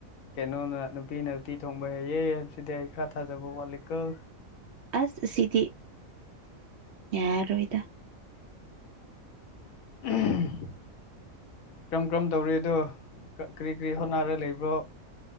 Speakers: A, on the left; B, on the right.
A: ꯀꯩꯅꯣꯅ ꯅꯨꯄꯤꯅ ꯎꯇꯤ ꯊꯣꯡꯕ ꯍꯩꯌꯦ ꯍꯥꯏꯕꯁꯤꯗꯤ ꯑꯩ ꯈꯔ ꯊꯥꯖꯕ ꯋꯥꯠꯂꯤꯀꫭ
B: ꯑꯁ ꯁꯤꯗꯤ ꯌꯥꯔꯣꯏꯗ
A: ꯎꯝ ꯀꯔꯝ ꯀꯔꯝ ꯇꯧꯔꯤꯗꯣ ꯀꯔꯤ ꯀꯔꯤ ꯍꯣꯠꯅꯔꯒ ꯂꯩꯕ꯭ꯔꯣ